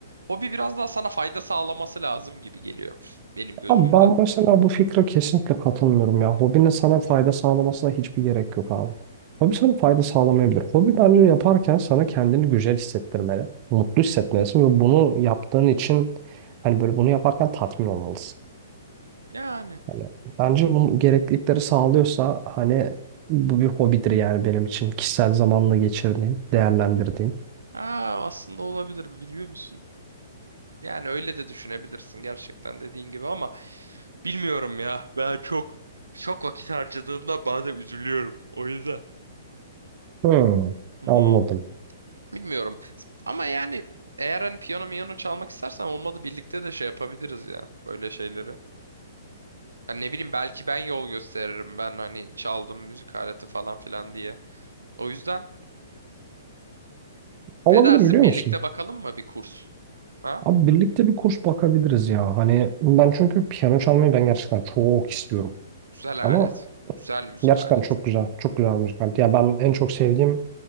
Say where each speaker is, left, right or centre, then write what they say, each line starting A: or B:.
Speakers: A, on the right; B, on the right.
A: hobi biraz daha sana fayda sağlaması lazım gibi geliyor benim gözümde.
B: Abi ben mesela bu fikre kesinlikle katılmıyorum ya. Hobinin sana fayda sağlamasına hiçbir gerek yok abi. Hobi sana fayda sağlamayabilir. Hobi bence yaparken sana kendini güzel hissettirmeli. Mutlu hissetmelisin ve bunu yaptığın için hani böyle bunu yaparken tatmin olmalısın.
A: Yani
B: Hani bence bunun gereklilikleri sağlıyorsa hani bu bir hobidir yani benim için. Kişisel zamanla geçirdiğim, değerlendirdiğim.
A: aa, aslında olabilir biliyor musun? Yani öyle de düşünebilirsin gerçekten dediğin gibi ama bilmiyorum ya. Ben çok çok vakit harcadığımda bazen üzülüyorum. O yüzden.
B: Hmm,
A: Hmm.
B: anladım.
A: Bilmiyorum. Ama yani eğer hani piyano miyano çalmak istersen olmadı birlikte de şey yapabiliriz ya böyle şeyleri. Hani ne bileyim belki ben yol gösteririm ben hani çaldım müzik aleti falan filan diye. O yüzden
B: Olabilir
A: ne dersin
B: biliyor
A: birlikte
B: musun?
A: bakalım mı bir kurs? Ha?
B: Abi birlikte bir kurs bakabiliriz ya. Hani ben çünkü piyano çalmayı ben gerçekten çok istiyorum.
A: Güzel
B: Ama
A: alet. Güzel müzik
B: gerçekten
A: aleti.
B: çok güzel, çok güzel müzik aleti. Yani ben en çok sevdiğim